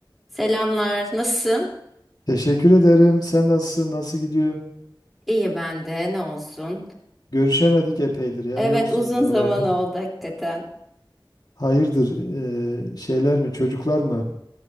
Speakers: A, in the centre; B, on the left.
A: Selamlar, nasılsın?
B: Teşekkür ederim. Sen nasılsın? Nasıl gidiyor?
A: İyi ben de, ne olsun.
B: Görüşemedik epeydir ya.
A: Evet,
B: Yoksun
A: uzun
B: buralarda.
A: zaman oldu hakikaten.
B: Hayırdır? eee, şeyler mi? Çocuklar mı?